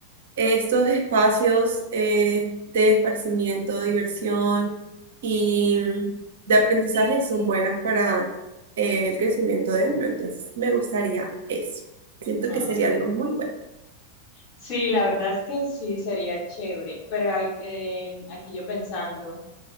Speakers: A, on the right; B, on the left.
A: estos espacios eh, de esparcimiento, de diversión y de aprendizaje son buenas para eh, el crecimiento de uno. Entonces, me gustaría eso. Siento
B: Ah.
A: que sería algo muy bueno.
B: Sí, la verdad es que sí, sería chévere, pero hay- eh, aquí yo pensando.